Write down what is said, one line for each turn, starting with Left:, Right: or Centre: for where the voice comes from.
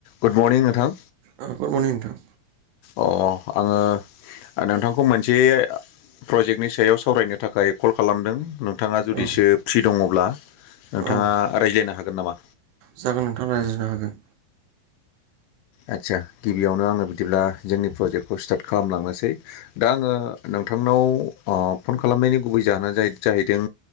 Left: Good morning नोंथां
Right: ओ good morning नोंथां
Left: अ आङो नोंथांखौ मोनसे ओ प्रजेक्टनि सायाव सावरायनो थाखाय कल खालामदों नोंथाङा जुदिसो
Right: औ
Left: फ्रि दङब्ला‌ नोंथाङा
Right: औ
Left: रायज्लायनो हागोन नामा?
Right: जागोन नोंथां रायज्लायनो हागोन
Left: आदसा गिबियावनो आं बिदिबा जोंनि प्रज्केटखौ स्टार्ट खालामलांनोसै दा आङो नोंथांनाव ओ फन खालामनायनि गुबै जाहोनानो जा-जाहैदों